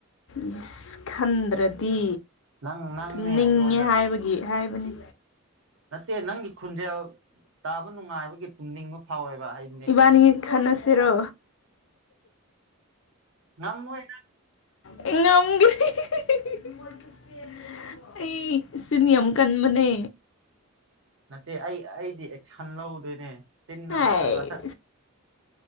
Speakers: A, on the left; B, on the right.
A: ꯌꯦꯁ ꯈꯟꯗ꯭ꯔꯗꯤ
B: ꯅꯪ ꯅꯪꯅꯦ
A: ꯇꯨꯝꯅꯤꯡꯉꯦ
B: ꯑꯩꯉꯣꯟꯗ
A: ꯍꯥꯏꯕꯒꯤ ꯍꯥꯏꯕꯅꯤ
B: ꯅꯠꯇꯦ ꯅꯪꯒꯤ ꯈꯨꯟꯖꯦꯜ ꯇꯥꯕ ꯅꯨꯡꯉꯥꯏꯕꯒꯤ ꯇꯨꯝꯅꯤꯡꯕ ꯐꯥꯎꯋꯦꯕ ꯍꯥꯏ
A: ꯏꯕꯥꯅꯤ ꯈꯟꯅꯁꯤꯔꯣ
B: ꯉꯝꯃꯣꯏ
A: ꯑꯩ ꯉꯝꯒꯦ <unintelligible> ꯑꯩ ꯆꯤꯟ ꯌꯥꯝ ꯀꯟꯕꯅꯦ
B: ꯅꯠꯇꯦ ꯑꯩ ꯑꯩꯗꯤ ꯑꯦꯛꯁꯟ ꯂꯧꯗꯣꯏꯅꯦ ꯆꯤꯟꯅ
A: ꯍꯥꯏ
B: ꯅꯠꯇꯕ